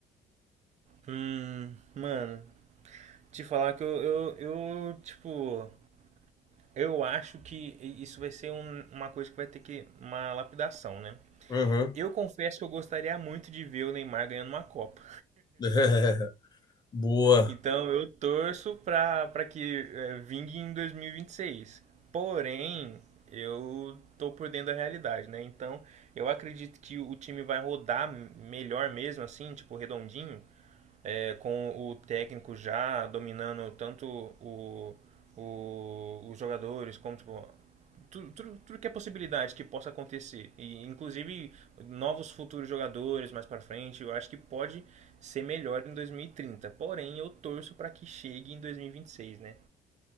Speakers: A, on the right (about 45°); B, on the left (about 25°).
A: Hum, mano, te falar que eu, eu, eu, tipo, eu acho que isso vai ser um- uma coisa que vai ter que, uma lapidação, né?
B: Aham.
A: Eu confesso que eu gostaria muito de ver o Neymar ganhando uma Copa.
B: <laughs> Boa.
A: Então eu torço pra, pra que é, vingue em dois mil e e vinte e seis Porém, eu tô por dentro da realidade, né? Então eu acredito que o time vai rodar melhor mesmo, assim, tipo, redondinho. é, com o técnico já dominando tanto o, o- os jogadores como tipo, tudo, tudo, tudo que é possibilidade que possa acontecer e inclusive novos futuros jogadores mais para frente eu acho que pode ser melhor em 2030 porém eu torço para que chegue em 2026 né